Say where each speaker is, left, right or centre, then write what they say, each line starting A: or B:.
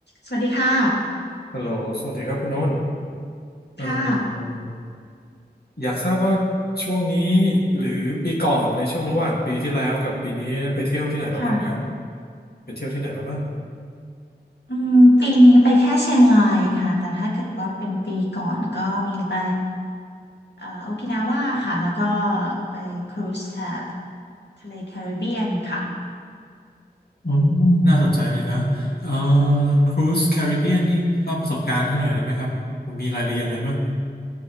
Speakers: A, on the left; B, on the left.
A: สวัสดีค่ะ
B: ฮัลโหลสวัสดีครับคุณโน้นเอ่อ
A: ค่ะ
B: อยากทราบว่าช่วงนี้หรือปีก่อนในช่วงระหว่างปีที่แล้วกับปีนี้ไปเที่ยวที่ไหนมาบ้างคะ
A: ค่ะ
B: ไปเที่ยวที่ไหนมาบ้าง
A: อืมปีนี้ไปแค่เชียงรายค่ะแต่ถ้าเกิดว่าเป็นปีก่อนก็มีไปเอ่อโอกินาว่าค่ะแล้วก็ไปครูซแถบทะเลแคริบเบียนค่ะ
B: อืมน่าสนใจเลยนะเอ่อครูซแคริบเบียนนี่เล่าประสบการณ์ให้หน่อยได้ไหมครับ มีรายละเอียดอะไรบ้าง